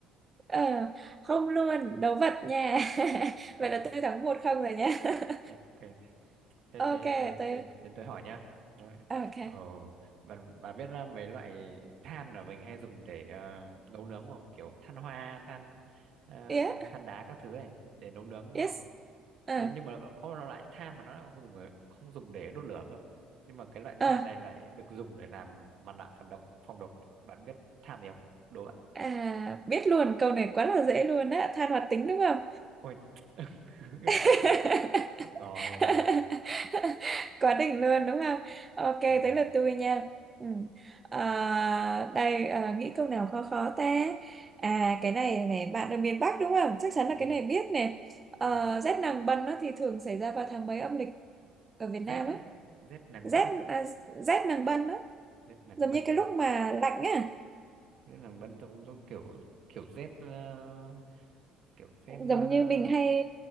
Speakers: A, on the right; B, on the right.
A: Ờ, không luôn đấu vật nha <laughs>
B: đấu Phật
A: vậy là
B: thôi
A: tôi thắng một không rồi nha <laughs>
B: Thế- ok thế
A: ok
B: thế đến
A: tôi
B: đến đến tôi hỏi nhá đấy.
A: ok
B: Ờ, bà, bà biết là mấy loại than mà mình hay dùng để ờ, nấu nướng không kiểu than hoa than ờ,
A: yeah
B: than đá các thứ ấy để nấu nướng đúng
A: yes
B: không
A: Ờ,
B: thế nhưng mà có một loại than mà nó lại không dùng để- không dùng để đốt lửa cơ nhưng mà cái loại
A: ờ.
B: than này lại được dùng để làm mặt nạ phản độc phòng độc bạn biết than gì không đố bạn
A: à, biết luôn câu này quá là dễ luôn á than hoạt tính đúng không
B: ôi <laughs>
A: <laughs>
B: đúng rồi
A: <laughs> quá đỉnh luôn đúng không ok tới
B: rồi
A: lượt tôi nha ừ. à,
B: ừ.
A: đây à, nghĩ câu nào khó khó ta à cái này này bạn ở miền Bắc đúng không chắc chắn
B: Ừ.
A: là cái này biết nè à,
B: Ừ.
A: rét nàng bân á, thì thường xảy ra vào tháng mấy âm lịch ở Việt Nam
B: Z
A: á
B: á. Z nàng
A: rét
B: bân
A: à, rét nàng bân á
B: Z nàng
A: giống
B: bân
A: như cái lúc mà lạnh á
B: Z nàng bân trong trong kiểu kiểu Z ờ, kiểu Z
A: giống
B: ờ,
A: như mình hay